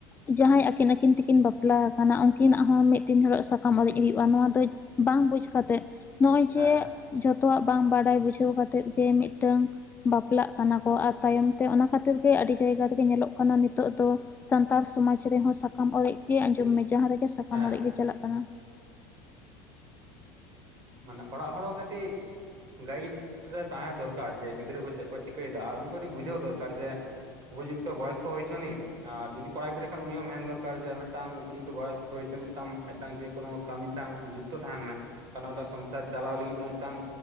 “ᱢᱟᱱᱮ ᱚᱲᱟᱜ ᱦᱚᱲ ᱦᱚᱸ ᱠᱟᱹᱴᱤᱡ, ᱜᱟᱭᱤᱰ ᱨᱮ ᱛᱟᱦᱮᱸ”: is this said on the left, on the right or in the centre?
Right